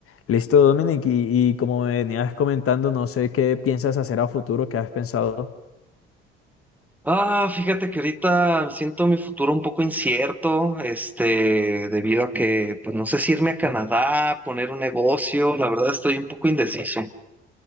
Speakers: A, on the left; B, in the centre.
A: Listo, Dominic, y, y como me venías comentando, no sé qué piensas hacer a futuro, qué has pensado.
B: Ah, fíjate que ahorita siento mi futuro un poco incierto, este, debido a que, pues no sé si irme a Canadá, poner un negocio, la verdad estoy un poco indeciso.